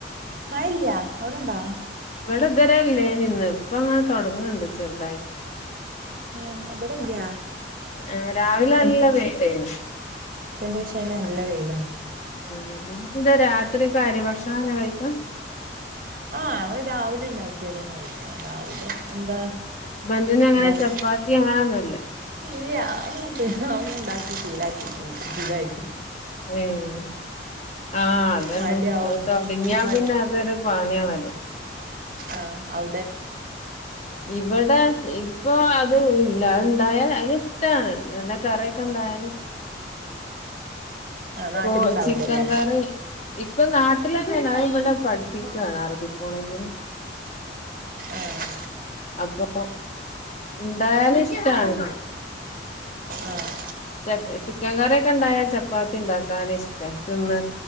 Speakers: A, on the right; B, on the left.
A: മയല്ല്യ അവ്ടണ്ടോ?
B: ഇവിടെ ഇത് വരെ ഇല്ലേയ്നിന്ന് ഇപ്പങ്ങനെ തൊടങ്ങ്ണ്ട് ചെറ്തായി
A: ഏഹ് ഇന്നവിടല്ല്യ
B: ഏഹ് രാവിലെ നല്ല വെയ്ലെന്
A: ഉച്ചന്റെ ശയ്ന് നല്ല വെയിലാണ്.
B: ആഹ് എന്താ രാത്രിക്കെ അരി ഭക്ഷണന്നെ കഴിക്ക
A: ആഹ് ഞങ്ങൾ രാവിലെ ഇണ്ടാക്കിയതന്നെ കഴിക്ക രാവിലെ എന്താ
B: ഹസ്ബന്റിന് അങ്ങനെ
A: ഉണ്ടാക്കി
B: ചപ്പാത്തി അങ്ങനെ ഒന്നുല്ല
A: ഇല്ല അതൊന്നും ഇണ്ടാക്കിശിലായി റ്റില്ല ഷിലായി
B: ഉം ആഹ് അതന്നെ
A: മടിയാവും
B: അത് തൊടങ്ങിയാ
A: മ
B: പിന്നെ അതൊരു പാണിയാണല്ലോ?
A: ആഹ് അ
B: ഇവ്ടെ ഇപ്പൊ അത് ഇല്ല അത്ണ്ടായാൽ അയി ഷ്ട്ടാണ് നല്ല കറിയക്കണ്ടായാല്
A: നാട്ടിലുണ്ടാവൂലല്ലേ
B: പോ ചിക്കം കറി ഇപ്പ നാട്ടിലെന്നേണ് അത് ഇവ്ടെ പഠിപ്പിക്കാണ് അറബി കോളേജില്
A: ആഹ്
B: അപ്പൊ ഇണ്ടായാല് ഇഷ്ടാണ്
A: ആഹ്
B: ച ചിക്കൻ കറിയൊക്കെ ഇണ്ടായാ ചപ്പാത്തി ഇണ്ടാക്കാൻ ഇഷ്ട തിന്ന